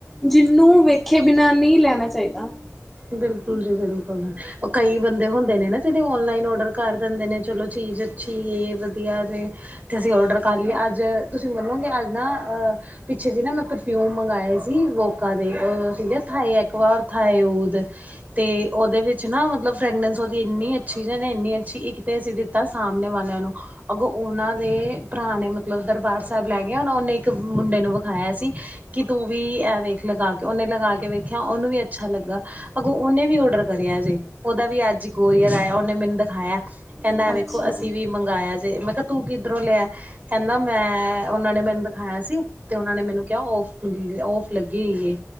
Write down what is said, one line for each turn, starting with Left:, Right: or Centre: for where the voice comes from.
Centre: ਜਿਨੂੰ ਵੇਖੇ ਬਿਨਾਂ ਨੀ ਲੈਣਾ ਚਾਈਦਾ।
Right: ਬਿਲਕੁਲ ਜੀ ਬਿਲਕੁਲ। ਕਈ ਬੰਦੇ ਹੁੰਦੇ ਨੇ ਨਾ ਜੇੜੇ ਔਨਲਾਈਨ ਓਡਰ ਕਰ ਦਿੰਦੇ ਨੇ ਚਲੋ ਚੀਜ਼ ਅੱਛੀ ਏ ਵਧੀਆ ਜੇ ਤੇ ਅਸੀਂ ਔਡਰ ਕਰ ਲਿਆ ਅੱਜ ਤੁਸੀਂ ਮੰਨੋਗੇ ਅੱਜ ਨਾ ਅਹ ਪਿੱਛੇ ਸੀ ਨਾ ਮੈਂ ਪਰਫਿਊਮ ਮੰਗਵਾਏ ਸੀ ਵੋਕਾ ਦੇ ਅ ਸੀਗੇ ਥਾਏ ਐਕਵਾਰ, ਥਾਏਓਰ ਤੇ ਉਦੇ ਵਿੱਚ ਨਾ ਮਤਲਬ ਫਰੈਗਰੈਂਸ ਔਦੀ ਇੰਨੀ ਅੱਛੀ, ਇੰਨੀ ਅੱਛੀ ਇੱਕ ਤੇ ਅਸੀਂ ਦਿ ਤਾ ਸਾਮਣੇ ਵਾਲਿਆਂ ਨੂੰ। ਅਗੋਂ ਉਹਨਾਂ ਦੇ ਭਰਾ ਨੇ ਮਤਲਬ ਦਰਬਾਰ ਸਾਹਿਬ ਲੈ ਗਿਆ ਉਹ ਉਹਨੇ ਇੱਕ ਮੁੰਡੇ ਨੂੰ ਵਿਖਾਇਆ ਸੀ ਕਿ ਤੂੰ ਵੀ ਐ ਵੇਖ ਲਗਾ ਉਹਨੇ ਲਗਾ ਕੇ ਵੇਖਿਆ ਉਹਨੂੰ ਵੀ ਅੱਛਾ ਲੱਗਾ ਅਗੋਂ ਨੇ ਵੀ ਓਡਰ ਕਰਿਆ ਜੇ ਓਹਦਾ ਵੀ ਅੱਜ ਕੋਰੀਅਰ ਆਇਆ ਓਨੇ ਮੈਨੂੰ ਦਖਾਇਆ ਕਹਿੰਦਾ
Centre: ਅੱਛਾ-ਅੱਛਾ
Right: ਐ ਵੇਖੋ ਅਸੀਂ ਵੀ ਮੰਗਾਇਆ ਜੇ ਮੈਂ ਕਿਹਾ ਤੂੰ ਕਿੱਧਰੋਂ ਲਿਆ ਕਹਿੰਦਾ ਮੈਂ ਉਹਨਾਂ ਨੇ ਮੈਨੂੰ ਦਖਾਇਆ ਸੀ ਤੇ ਉਹਨਾਂ ਨੇ ਮੈਨੂੰ ਕਿਹਾ ਔਫ ਗ <unintelligible> ਔਫ ਲੱਗੀ ਹੋਈ ਜੇ